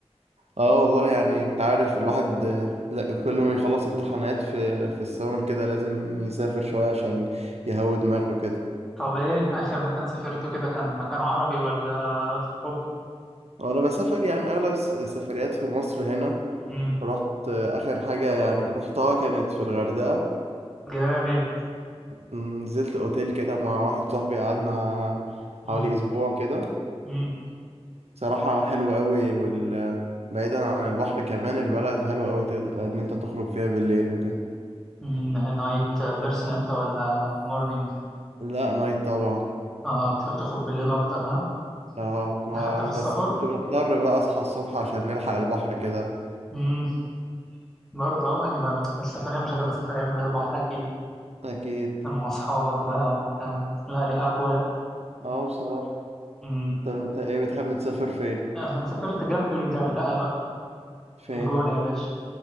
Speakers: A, on the right (about 80°); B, in the centre.
A: اه والله يعني انت عارف الواحد آه، لا كل ما يخلص امتحانات في في السمر كده لازم يسافر شويه عشان يهوي دماغه كده
B: طب ايه اخر مكان سافرته كده كان مكان عربي ولا في اوروبا؟
A: وانا بسافر يعني اغلب س- سفريات في مصر هنا
B: امم
A: رحت آه، اخر حاجه يعني رحتها كانت في الغردقه
B: جامد
A: م، نزلت اوتيل كده مع واحد صاحبي قعدنا حوالي
B: امم
A: اسبوع كده
B: امم
A: صراحه حلو قوي وال بعيدا عن البحر كمان البلد حلوة أوي تقدر إن أنت تخرج فيها بالليل وكده
B: أمم، نايت بيرسون انت ولا مورنينج؟
A: لا نايت طبعا
B: اه بتحب تخرج بالليل اكتر ها؟
A: اه ما
B: ده حتى في
A: بس
B: السفر؟
A: كنت بضطر بقى اصحى الصبح عشان نلحق البحر كده
B: امم برضه اه، يعني ما- السفرية مش هتبقى سفرية من غير بحر اكيد
A: اكيد
B: مع اصحابك بقى وبتاع لا ليها اجواء
A: اه بصراحة
B: امم
A: طب انت ايه بتحب تسافر فين
B: انا سافرت جنب الغردقة بقى
A: فين
B: الجونة يا باشا